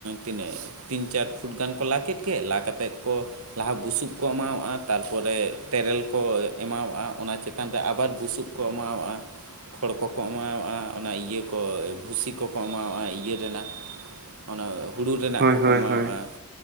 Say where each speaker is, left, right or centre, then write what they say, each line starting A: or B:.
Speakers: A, on the right; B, on the right.
A: ᱛᱤᱱᱟᱹᱜ ᱛᱤᱱ ᱪᱟᱨ ᱯᱷᱩᱴ ᱜᱟᱱ ᱠᱚ ᱞᱟ ᱠᱮᱫ ᱜᱮ ᱞᱟ ᱠᱟᱛᱮᱫ ᱠᱚ ᱞᱟᱦᱟ ᱵᱩᱥᱩᱵ ᱠᱚ ᱮᱢᱟᱣᱟᱜᱼᱟ᱾ ᱛᱟᱨᱯᱚᱨᱮ ᱛᱮᱨᱮᱞ ᱠᱚ ᱮᱢᱟᱣᱟᱜᱼᱟ᱾ ᱚᱱᱟ ᱪᱮᱛᱟᱱ ᱨᱮ ᱟᱵᱟᱨ ᱵᱩᱥᱩᱵ᱾ ᱠᱚ ᱮᱢᱟᱣᱟᱜᱼᱟ᱾ ᱠᱷᱚᱲ ᱠᱚᱠᱚ ᱮᱢᱟᱣᱟᱜᱼᱟ, ᱚᱱᱟ ᱤᱭᱟᱹ ᱠᱚ ᱵᱷᱩᱥᱤ ᱠᱚᱠᱚ ᱮᱢᱟᱣᱟᱜᱼᱟ, ᱤᱭᱟᱹ ᱨᱮᱱᱟᱜ ᱚᱱᱟ ᱦᱩᱲᱩ ᱨᱮᱱᱟᱜ
B: ᱦᱳᱭ
A: ᱠᱚᱠᱚ
B: ᱦᱳᱭ
A: ᱮᱢᱟᱣᱟᱜᱼᱟ
B: ᱦᱳᱭ